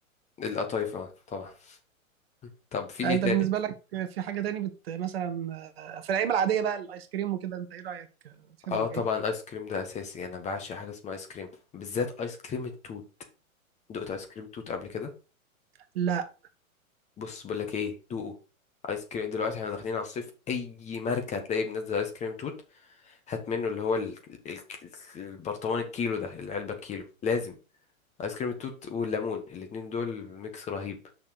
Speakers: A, on the left (about 15°); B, on the right (about 45°).
A: القطايف اه طبعا <laughs> طب في
B: يعني
A: ايه
B: انت
A: تاني
B: بالنسبه لك في حاجه تاني بت... مثلا آه، في الايام العاديه بقى الايس كريم وكده انت ايه رايك آه، بتحب
A: اه
B: بايه
A: طبعا ايس كريم ده اساسي انا بعشق حاجه اسمها ايس كريم بالذات ايس كريم التوت دقت ايس كريم توت قبل كده
B: لا
A: بص بقول لك ايه دوقه ايس كريم دلوقتي احنا داخلين على الصيف اي ماركه هتلاقيه منزل ايس كريم توت هات منه اللي هو ال... ال... البرطمان الكيلو ده العلبه الكيلو لازم ايس كريم التوت والليمون الاتنين دول ميكس رهيب